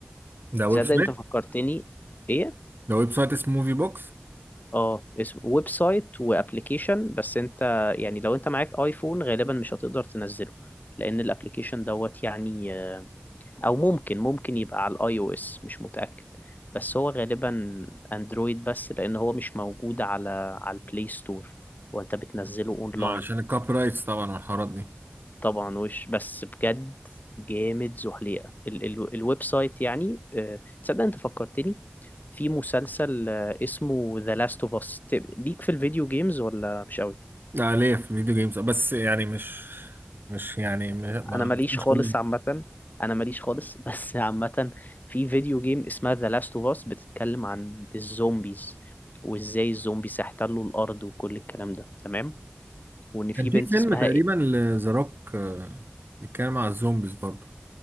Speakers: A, on the right; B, on the left.
A: ده ويب
B: تصدق
A: سايت
B: انت فكرتني ايه
A: ده ويب سايت اسمه موفي بوكس
B: اه اسم ويب سايت وابلكيشن بس انت يعني لو انت معاك ايفون غالبا مش هتقدر تنزله لان الابلكيشن دوت يعني آه، او ممكن ممكن يبقى على الاي او اس مش متأكد بس هو غالبا اندرويد بس لان هو مش موجود على على البلاي ستور وانت بتنزله اونلاين
A: آه، عشان الكوبي رايتس طبعا والحوارات دي
B: طبعا وش بس بجد جامد زحليقة ال ال الويب سايت يعني آه، تصدق انت فكرتني في مسلسل آه، اسمه ذا لاست اوف اس ليك في الفيديو جيمز ولا مش قوي
A: لا ليه في الفيديو جيمز بس يعني مش مش يعني مش, ما-
B: انا ماليش
A: مش
B: خالص
A: كومنت
B: عامة انا ماليش خالص <laughs> بس عامة في فيديو جيم اسمها ذا لاست اوف اس بتتكلم عن الزومبيز وازاي الزومبيز هيحتلوا الارض وكل الكلام ده تمام وان
A: كان
B: في
A: في
B: بنت
A: فيلم
B: اسمها
A: تقريبا لذا روك آه، بيتكلم على الزومبيز برضه